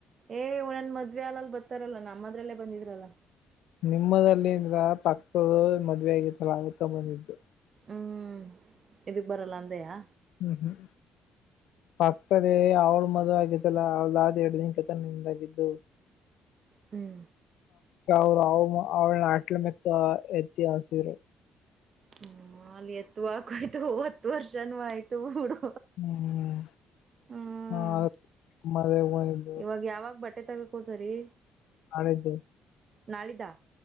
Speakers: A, on the right; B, on the left.
A: ಏ ಒನ್ ಮದ್ವೆ ಅಲ್ ಬರ್ತಾರಲ್ಲಾ ನಮ್ಮದ್ರಲ್ಲೇ ಬಂದಿದ್ರಲ್ಲ
B: ನಿಮ್ಮಲ್ಲಿಂದ್ರ ಪಕ್ತರು ಮದುವೆ ಆಗತ್ತಲ ಅದಕ್ಕೆ ಬಂದಿದ್ದು
A: ಹ್ಮ್ ಇದಕ್ ಬರಲ್ಲ ಅಂದಯಾ
B: ಹ್ಮ್ ಹ್ಮ್ ಪಕ್ತದೆ ಅವರು ಮದ್ವಿ ಆಗಿದ್ದಲ್ಲಾ ಅವದಾದ್ ಎರಡು ದಿನ ಕತ ನಿಮ್ದಾಗಿದ್ದು
A: ಹ್ಮ್
B: ಅವರು ಅವ ಅವಳ ನಾಟ್ಲೆ ಮಕ್ಕ ಎತಿ ಆಸರು
A: ಹ್ಮ ಮಾಲ್ಲಿಯತ್ತು ಆಕೋಯ್ತು ಹೊತ್ತು ವರ್ಷಾನ ಆಯ್ತು ಬಿಡು
B: ಹ್ಮ್
A: ಹ್ಮ್
B: ಹಾ ಮದ್ವೆಗ್ ಬಂದಿದ್ದು
A: ಇವಾಗ ಯಾವಾಗ್ ಬಟ್ಟ ಬಟ್ಟೆ ತಗೋಕೋತ ರೀ
B: <unintelligible>
A: ನಾಳಿದಾ